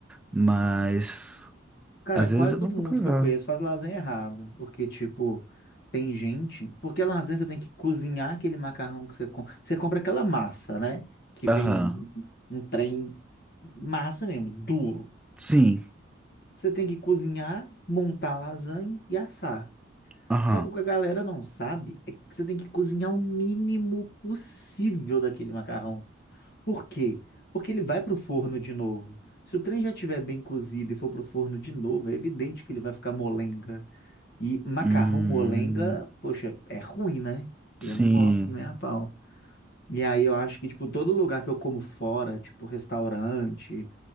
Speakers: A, in the centre; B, on the left.
A: mas
B: Cara,
A: às
B: quase
A: vezes eu
B: todo
A: vou procurar.
B: mundo que eu conheço faz lasanha errado. Porque, tipo, tem gente. Porque a lasanha você tem que cozinhar aquele macarrão que você compra. Você compra aquela massa, né? Que
A: Aham,
B: vem um trem massa mesmo, duro.
A: sim,
B: Você tem que cozinhar, montar a lasanha e assar.
A: aham,
B: Só que o que a galera não sabe é que você tem que cozinhar o mínimo possível daquele macarrão. Por quê? Porque ele vai para o forno de novo. Se o trem já estiver bem cozido e for para o forno de novo, é evidente que ele vai ficar molenga. E macarrão
A: hum,
B: molenga, poxa, é ruim, né? Eu
A: sim.
B: não gosto nem a pau. E aí eu acho que, tipo, todo lugar que eu como fora, tipo restaurante,